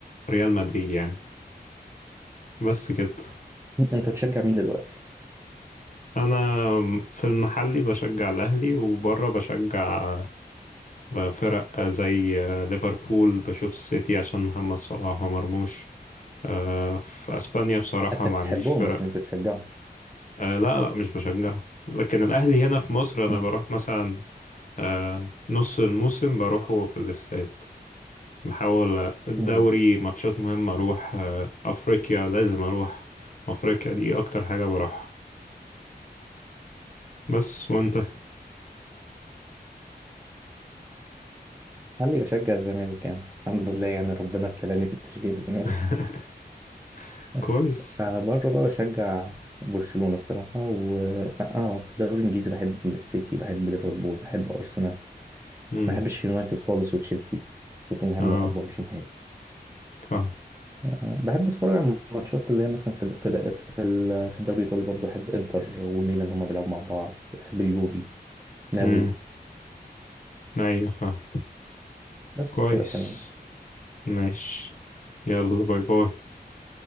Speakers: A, on the left; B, on the right.
A: ريال مدريد يعني بس كده
B: انت بتشجع مين دلوقتي
A: انا في المحلي بشجع الاهلي وبره بشجع فرق زي ليفربول بشوف السيتي عشان محمد صلاح ومرموش آه، في اسبانيا بصراحة
B: انت
A: ما
B: بتحبهم
A: عنديش فرق
B: بس مش بتشجعهم
A: آه، لا لا مش بشجعه لكن الاهلي هنا في مصر انا
B: مم.
A: بروح مثلا آه نص الموسم بروحه في الاستاد بحاول آه، الدوري
B: مم.
A: ماتشات مهمة أروح آه أفريقيا لازم أروح أفريقيا دي أكتر حاجة بروحها بس وأنت
B: خلي بشجع الزمالك يعني الحمد لله يعني ربنا ابتلاني بتشجيع الزمالك
A: <laughs>
B: <laughs>
A: كويس
B: فبره بقى بشجع برشلونة الصراحة و اه آه، في الدوري الانجليزي بحب السيتي بحب ليفربول بحب ارسنال ما
A: مم.
B: بحبش يونايتد خالص وتشيلسي توتنهام
A: اه
B: ما بحبهمش نهائي
A: فاهم
B: آه، بحب اتفرج على الماتشات اللي هي مثلا في ال- في ال- في ال- في الدوري الايطالي برضه احب انتر وميلان هما بيلعبوا مع بعض بحب اليوفي نابولي
A: مم. أيوة فاهم
B: بس
A: كويس
B: كده تمام
A: ماشي يلا باي باي